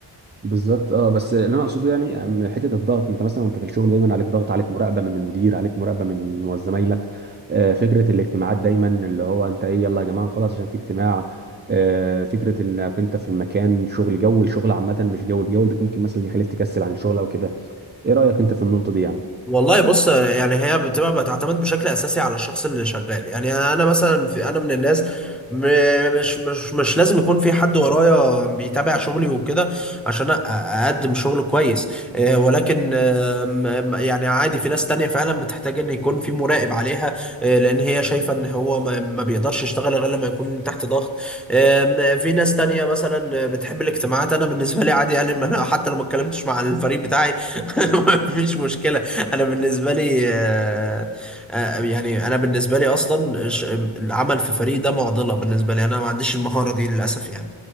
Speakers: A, on the right; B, in the centre.
A: بالظبط اه بس اللي انا اقصده يعني حته الضغط انت مثلا وانت في الشغل دايما عليك ضغط عليك مراقبه من المدير عليك مراقبه من موز- زمايلك آه، فكره الاجتماعات دايما اللي هو انت ايه يلا يا جماعه خلاص عشان في اجتماع آه، فكره انك انت في المكان شغل جو الشغل عامه مش جو الجو البيت ممكن مثلا يخليك تكسل عن الشغل او كده ايه رأيك انت في النقطة دي يعني
B: والله بص يعني هي بتبقى بتعتمد بشكل اساسي على الشخص اللي شغال يعني انا مثلا في انا من الناس م- مش مش مش لازم يكون في حد ورايا بيتابع شغلي وكده عشان أ- اقدم شغل كويس آه، ولكن آم، آم، يعني عادي في ناس تانية فعلا بتحتاج ان يكون في مراقب عليها آه، لان هي شايفة ان هو ما ما بيقدرش يشتغل غير لما يكون تحت ضغط آم، في ناس تانية مثلا بتحب الاجتماعات انا بالنسبة لي عادي يعني ما أنا حتى لو ما اتكلمتش مع الفريق بتاعي <laughs> ما فيش مشكلة انا بالنسبه لي آه، آه، آه، يعني انا بالنسبه لي اصلا ش- العمل في فريق ده معضله بالنسبه لي انا ما عنديش المهاره دي للاسف يعني